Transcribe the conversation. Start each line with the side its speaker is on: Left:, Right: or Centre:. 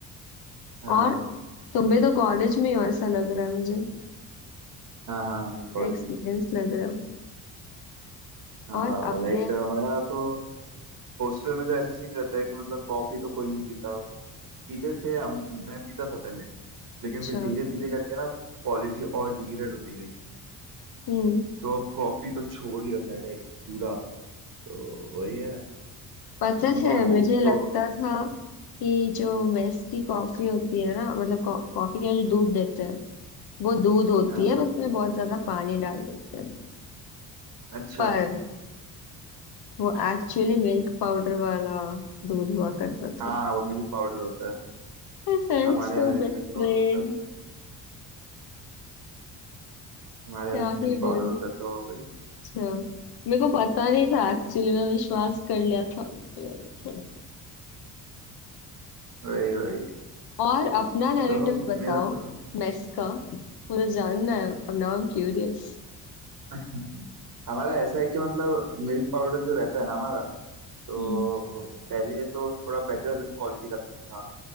Right: हाँ
Left: और तुम भी तो कॉलेज में ही हो ऐसा लग रहा है मुझे
Right: हाँ हाँ मेरे कॉलेज
Left: एक्सपीरियंस
Right: में
Left: लग रहा है
Right: हाँ
Left: और अपने
Right: लाइक हमारा तो हॉस्टल में तो ऐसा सीन रहता है कि मतलब कॉफी तो कोई नहीं पीता पीते थे हम मैं पीता था पहले लेकिन
Left: अच्छा
Right: फिर धीरे धीरे करके ना क्वालिटी और डिग्रेड होती गई
Left: हम्म
Right: तो अब कॉफी तो छोड़ ही रखा है लाइक पूरा तो वही है
Left: पता है
Right: बाकी
Left: मुझे लगता
Right: तो
Left: था कि जो मेस की कॉफी होती है ना मतलब कॉ, कॉफी के जो दूध देते हैं वो दूध होती
Right: हाँ
Left: है बस उसमें बहुत ज्यादा पानी डाल देते हैं
Right: अच्छा
Left: पर वो एक्चुअली मिल्क पाउडर वाला दूध हुआ करता था
Right: हाँ वो मिल्क पाउडर होता है
Left: I felt
Right: हमारे
Left: so
Right: यहाँ भी
Left: betrayed
Right: मिल्क पाउडर होता है हमारे यहाँ
Left: क्या
Right: भी मिल्क
Left: ही बोलूं
Right: पाउडर होता है तो वही
Left: अच्छा मेरे को पता नहीं था एक्चुअली मैं विश्वास कर लिया था उन पे मैंने थोड़ा
Right: वही वही
Left: और अपना नैरेटिव
Right: तो
Left: बताओ
Right: मेरा तो
Left: मेस का मुझे जानना है अब now I am curious
Right: <laughs> हमारा ऐसा है कि मतलब मिल्क पाउडर जो रहता है ना हमारा तो
Left: Hmm
Right: पहले तो थोड़ा बेटर क्वालिटी का था